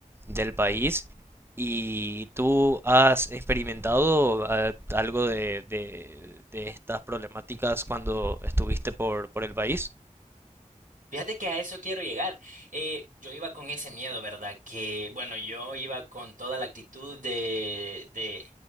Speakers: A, on the right; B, on the right.
A: del país. ¿Y tú has experimentado eh, algo de, de, de estas problemáticas cuando estuviste por, por el país?
B: Fíjate que a eso quiero llegar. Eh, yo iba con ese miedo, ¿verdad? Que, bueno, yo iba con toda la actitud de, de